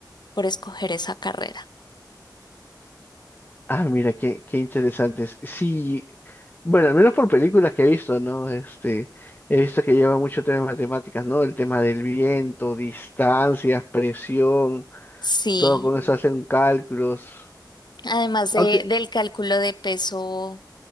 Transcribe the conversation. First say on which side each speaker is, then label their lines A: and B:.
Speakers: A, on the left; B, on the left.
A: por escoger esa carrera.
B: Ah, mira, qué, qué interesantes. Sí, bueno, al menos por películas que he visto, ¿no? Este, he visto que lleva mucho tema de matemáticas, ¿no? El tema del viento, distancias, presión,
A: Sí,
B: todo con eso hacen cálculos.
A: además de,
B: Aunque,
A: del cálculo de peso